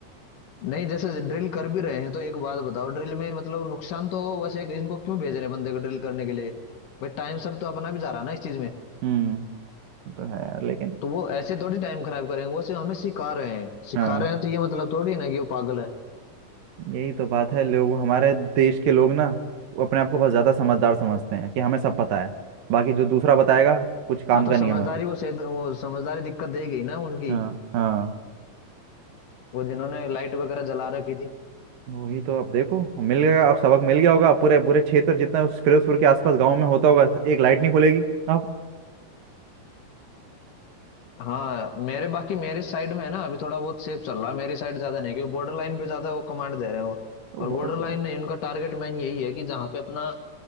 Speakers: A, on the left; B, on the right.
A: नहीं जैसे ड्रिल कर भी रहे हैं तो एक बात बताओ ड्रिल में मतलब नुकसान तो वैसे इनको क्यों भेज रहे हैं बंदे को ड्रिल करने के लिए भाई टाइम सब तो अपना भी जा रहा है ना इस चीज में
B: हम्म वो तो है यार लेकिन
A: तो वो ऐसे थोड़ी टाइम खराब करेंगे वो सिर्फ हमें सिखा रहे हैं सिखा
B: हाँ
A: रहे हैं तो ये मतलब थोड़ी ना कि वो पागल है
B: यही तो बात है लोग हमारे देश के लोग ना वो अपने आप को बहुत ज्यादा समझदार समझते हैं कि हमें सब पता है बाकी जो दूसरा बताएगा कुछ काम
A: हाँ तो
B: का
A: समझदारी
B: नहीं है हमें
A: वो शायद वो समझदारी दिक्कत देगी ना उनकी
B: हाँ हाँ
A: वो जिन्होंने लाइट वगैरह जला रखी थी
B: वही तो अब देखो मिल गया अब सबक मिल गया होगा अब पूरे पूरे क्षेत्र जितना उस फिरोजपुर के आसपास गांव में होता होगा एक लाइट नहीं खुलेगी अब
A: हाँ मेरे बाकी मेरे साइड में है ना अभी थोड़ा बहुत सेफ चल रहा है मेरी साइड ज्यादा नहीं क्योंकि बॉर्डर लाइन पे ज्यादा वो कमांड दे रहे हैं वो
B: तो
A: और
B: ब-
A: बॉर्डर लाइन नहीं उनका टारगेट मैन यही है कि जहाँ पे अपना